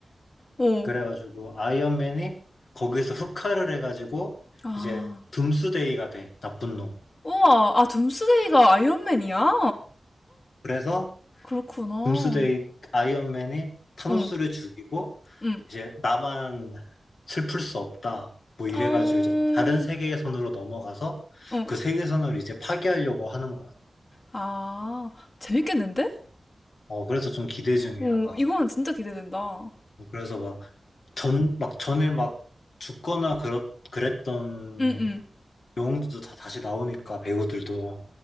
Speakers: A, on the left; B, on the left.
A: 어.
B: 그래가지고 아이언맨이 거기서 흑화를 해가지고
A: 아,
B: 이제 둠스데이가 돼 나쁜 놈
A: 우와, 아, 둠스데이가 아이언맨이야?
B: 그래서
A: 그렇구나.
B: 둠스데이 아이언맨이 타노스를
A: 어,
B: 죽이고
A: 응
B: 이제 나만 슬플 수 없다 뭐 이래가지고
A: 어,
B: 이제 다른 세계선으로 넘어가서
A: 어.
B: 그 세계선을 이제 파괴하려고 하는 거야
A: 아, 재밌겠는데?
B: 어 그래서 좀 기대 중이야
A: 오,
B: 막
A: 이거는 진짜 기대된다.
B: 그래서 막 전 막 전에 막 죽거나 그렇 그랬던
A: 응응.
B: 영웅들도 다 다시 나오니까 배우들도